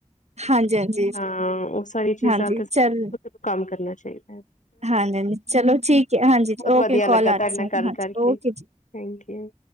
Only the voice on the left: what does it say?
ਹਾਂ ਉਹ ਸਾਰੀਆ ਚੀਜ਼ਾਂ
ਤੇ ਸਾਨੂੰ
ਖੁਦ ਕੰਮ ਕਰਨਾ ਚਾਹੀਦੈ।
ਬਹੁਤ
ਵਧੀਆ
ਲੱਗਾ ਤੁਹਾਡੇ
ਨਾਲ
ਗੱਲ
ਕਰਕੇ
Thank you.